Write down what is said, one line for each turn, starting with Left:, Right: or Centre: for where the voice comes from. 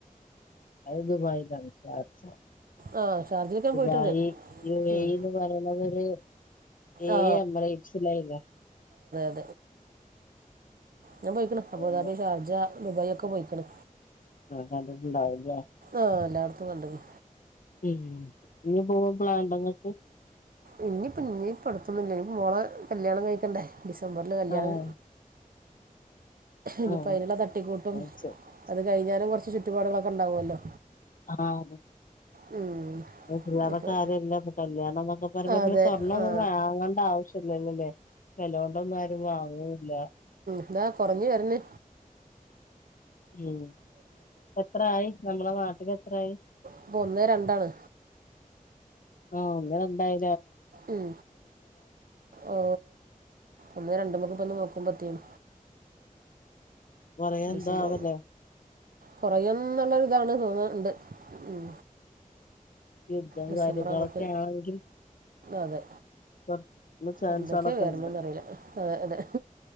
Left: അത് ദുബായിലാ ഷാർജ
Right: ആ ഷാർജയിലൊക്കെ ഞാൻ
Left: ദുബായി
Right: പോയിട്ടുണ്ട്
Left: യു
Right: ഉം
Left: എ ഇ പറയണതരു ഏ
Right: ആ
Left: എമ്മറയന്റ് ഫുൾ ആയില്ല
Right: അ ഞാൻ പോയിക്ക്ണ്അബുദാബി
Left: ഒന്ന്
Right: ഷാർജ ദുബായി ഒക്കെ പോയിക്ക്ണ്
Left: ആ കണ്ട്ട്ട്ണ്ടാവുലാ
Right: ആഹ എല്ലായിടത്തും കണ്ട് ക്ണു
Left: ഉ ഇനി പോവാ പ്ലാൻണ്ടങ്ങക്ക്
Right: ഇനിയിപ്പ ഇനിയിപ്പ അടുത്തൊന്നും ഇല്ല ഇനി മോളെ കല്യാണം കഴിക്കണ്ടേ ഡിസംബറില് കല്യാണം
Left: ആഹ്
Right: ഇനിപ്പോ
Left: ആഹ്
Right: അതിനുള്ള തട്ടിക്കൂട്ടും
Left: ആഹ്
Right: അത് കഴിഞ്ഞാലും കൊറച്ച് ചുറ്റുപാടുകളൊക്കെ ഉണ്ടാവുമല്ലോ
Left: ആഹ
Right: ഉം
Left: തൊ
Right: ഇപ്പം
Left: കാര്യമ ഇല്ല ഇപ്പൊ കല്യാണം എന്നൊക്കെ പറയ്പോ
Right: അതെ
Left: പിന്നെ സ്വർണ്ണം
Right: ആ
Left: ഒന്നുംങ്ങേണ്ട ആവശ്യം ഇല്ലല്ലല്ലേ വെലൊണ്ട് ഒന്നും ആരും വാങ്ങൂല
Right: എന്താ കുറഞ്ഞ് വരന്ന്
Left: ഉം എത്രായി നമ്മളെ നാട്ടില് എത്രായി
Right: ഇപ്പൊ ഒന്ന് രണ്ടാണ്
Left: ആഹ അങ്ങനെ ഉണ്ടായി
Right: ഉം ഓ ഒന്ന് രണ്ടുമക്കിപ്പന്ന് നോക്കുമ്പ പറ്റും
Left: കൊറേ എന്തോ
Right: ഡിസംബർ
Left: ആവല്ലേ
Right: കൊറയന്നുള്ളരിതാണ് തോന്നുണ്ട് ഉം
Left: യുദ്ധം
Right: ഡിസംബർ
Left: കാര്യങ്ങളൊക്കെ
Right: ആവുമ്പോക്ക്
Left: ആണെങ്കിൽ
Right: അതെ
Left: കുറച്ച് ചാൻസുകളൊക്കെ
Right: എന്തൊക്കെയാ വരണന്ന്റിയില്ല
Left: ഉണ്ട്
Right: അെ അതെ